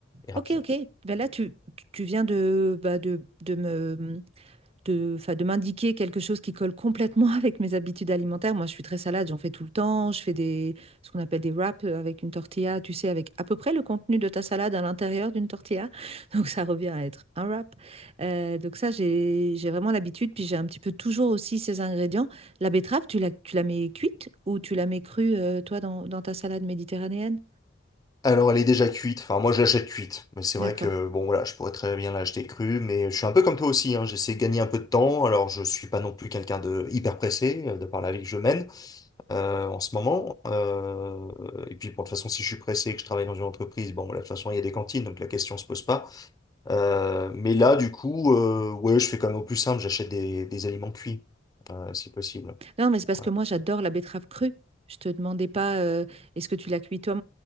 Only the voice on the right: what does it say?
ok, ok. Ben là, tu, tu tu viens de, bah, de, de me, mmh, de, enfin, de m'indiquer quelque chose qui colle complètement <laughs> avec mes habitudes alimentaires. Moi, je suis très salade, j'en fais tout le temps. Je fais des, ce qu'on appelle des wraps euh, avec une tortilla, tu sais, avec à peu près le contenu de ta salade à l'intérieur d'une tortilla. <laughs> Donc, ça revient à être un wrap. Euh, donc, ça, j'ai, j'ai vraiment l'habitude. Puis, j'ai un petit peu toujours aussi ces ingrédients. La betterave, tu la, tu la mets cuite ou tu la mets crue, euh, toi, dans, dans ta salade méditerranéenne?
D'accord.
Non, mais c'est parce
que moi, j'adore la betterave crue. Je te demandais pas euh, est-ce que tu la cuis toi,